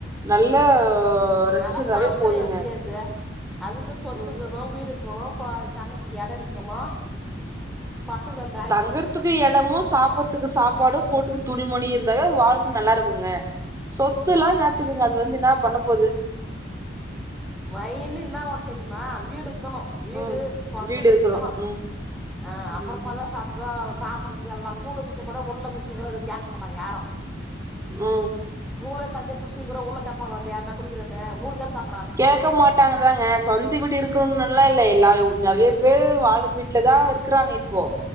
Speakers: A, on the right; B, in the centre.
A: நல்ல ரெஸ்ட்
B: நல்லா
A: இருந்தாவே
B: சாப்ட்டா
A: போதுங்க
B: எப்படி அது அதுக்கு சொத்து
A: ம்
B: இக்கணும் வீடு இக்கணும் ஃபா தங்கத்துக்கு எடம் இருக்கணும் பசங்க வந்தா
A: தங்குறதுக்கு எடமு சாப்புற்துக்கு சாப்பாடும் போட்டுக்க துணிமணி இருந்தாவே வாழ்க்கை நல்லா இருக்குங்க சொத்துல்லா ன்னாதுக்குங்க அது வந்து என்ன பண்ண போது
B: மைனு என்னா ஒன்னு தெரியுமா வீடு இக்கணும் வீடு
A: ம்
B: சொந்த வீடு
A: இருக்கணு
B: இக்கணும்
A: ம்
B: அ அப்பறமா
A: ம்
B: தா சாப்பா சாப்பட்றது எல்லா கூலு குச்சா கூட உள்ள குச்சுன்னுகிறோ அது கேக்க மாட்டாங்க யாரும்
A: ஹ
B: கூலோ கஞ்சியோ குடிச்சின்னுகிறோ உள்ள கேப்பாங்களா வந்து யார்னா குடிக்கிறன்னு ஊடு தானே பாக்
A: கேக்க மாட்டாங்கதாங்க சொந்த வீடு இருக்கணும்னு அப்பில்லா இல்ல எல்லா நெறைய பேர் வாடக வீட்ல தா இக்குறாங்க இப்போ